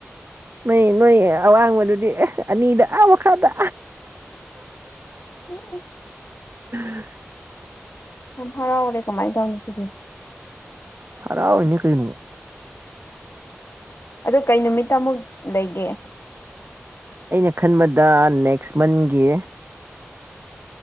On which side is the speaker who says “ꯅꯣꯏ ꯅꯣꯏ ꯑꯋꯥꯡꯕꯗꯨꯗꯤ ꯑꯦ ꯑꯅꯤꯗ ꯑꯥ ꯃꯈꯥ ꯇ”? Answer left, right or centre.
Right